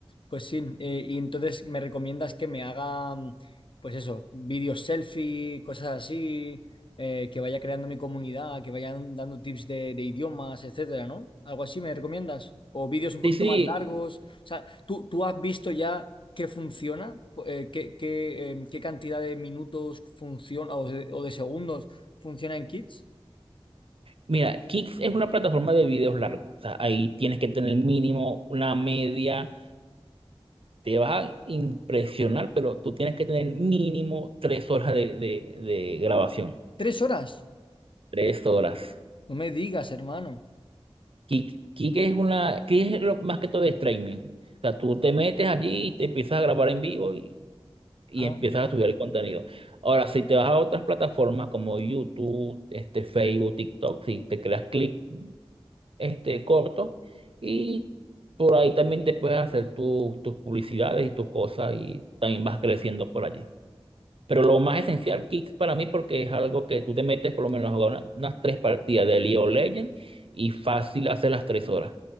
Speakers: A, on the left; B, on the right.
A: pues sí. eh, y entonces me recomiendas que me haga, mm, pues eso, vídeos selfie, cosas así, eh, que vaya creando mi comunidad, que vayan dando tips de, de idiomas, etcétera, ¿no? Algo así me recomiendas. O vídeos un poquito
B: Sí, sí,
A: más largos. O sea, ¿tú, tú has visto ya qué funciona? Po- eh, qué, qué, em, qué cantidad de minutos funciona o de, o de segundos funciona en Kids?
B: mira, Kicks es una plataforma de videos largos. O sea, ahí tienes que tener mínimo una media, te vas a impresionar, pero tú tienes que tener mínimo tres horas de, de de grabación.
A: ¿Tres horas?
B: Tres horas.
A: No me digas, hermano.
B: Kik- Kik es una, Kik es lo- más que todo de streaming. O sea, tú te metes allí y te empiezas a grabar en vivo y, y
A: Ah,
B: empiezas a subir el contenido. Ahora, si te vas a otras plataformas como YouTube, este, Facebook, TikTok, si te creas clip este, corto y por ahí también te puedes hacer tu- tus publicidades y tus cosas y también vas creciendo por allí. Pero lo más esencial, Kik, para mí, porque es algo que tú te metes por lo menos a jugar una- unas tres partidas de League of Legends y fácil hacer las tres horas.